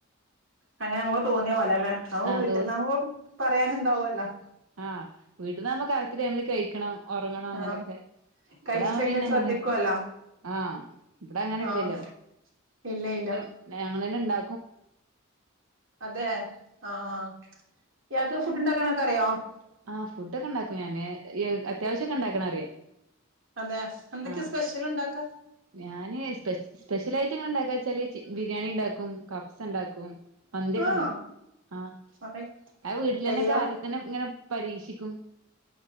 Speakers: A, on the right; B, on the right.
A: അങ്ങനെ നമ്മള് തോന്നിയപോലേല്ലെ അവ്
B: ആഹ്
A: വീട്ടിന്നാവുമ്പം പറയാന്ണ്ടാവല്ലോ
B: ആ വീട്ടീന്നാവുമ്പോ കറക്ട് ടൈമില് കഴി ക്കണം ഒറങ്ങണം അങ്ങനെക്കെ
A: ആഹ് കഴിച്ചിട്ടെങ്കിലും
B: ഇവിടാവുമ്പോ പിന്നെ
A: ശ്രദ്ധിക്കുവല്ലോ
B: ഇങ്ങനെ ആ ഇവിടെ അങ്ങനെ
A: ആഹ്
B: ഇല്ലല്ലോ
A: ഇല്ല ഇല്ല
B: പിന്നേ മേ ങ്ങളെന്നെ ഇണ്ടാ
A: അതെ ആഹ് ആഹ് ഇയാക്ക് ഫുഡ്‌ ഇണ്ടാക്കാനൊക്കറിയോ ആ
B: ആ ഫുഡൊക്കെണ്ടാക്കും ഞാന് ഈ അത്യാവശ്യൊക്കെ ഇണ്ടാക്കണറിയാം
A: അതെ എന്തൊക്കെയാ
B: ആഹ്
A: സ്പെഷ്യൽ ഉണ്ടാക്കാ
B: ഞാന് സ്പെ സ്പെഷ്യലായി റ്റ് ങ്ങനെ ഇണ്ടാക്കാച്ചാല് ചി ബിരിയാണിണ്ടാക്കും കബ്സണ്ടാക്കും മന്തിയൊക്കെണ്ടാക്കും
A: ആഹ്
B: ആ
A: അതെ
B: അഹ് വീട്ടിലന്നെ
A: അയ്യോ
B: ക്ക് ആദ്യംതന്നെ ഇങ്ങനെ പരീക്ഷിക്കും